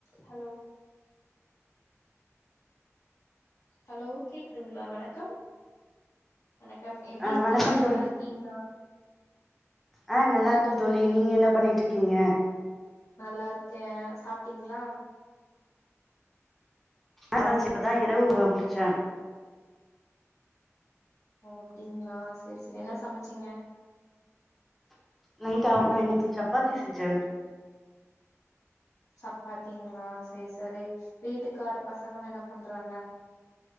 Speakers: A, on the left; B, in the centre.
A: Hello hello கேக்குதுங்களா வணக்கம் வணக்கம் எப்டி
B: ஆ
A: இருக்கீங்க
B: வணக்கம்
A: நல்லா இருக்கீங்களா
B: ஆஹ் நல்லா இருக்க தோழி நீங்க என்ன பண்ணிட்டு இருக்கீங்க
A: நல்லாருக்க சாப்டீங்களா
B: ஆாச்சி இப்பதா இரவு உணவு முடிச்ச
A: ஓ அப்டிங்களா செரி செரி என்ன சமச்சிங்க
B: நைட்டா நா இன்னிக்கு சப்பாத்தி செஞ்ச
A: சப்பாத்திங்களா செரி செரி வீட்டுக்கார் பசங்களா என்ன பண்றாங்க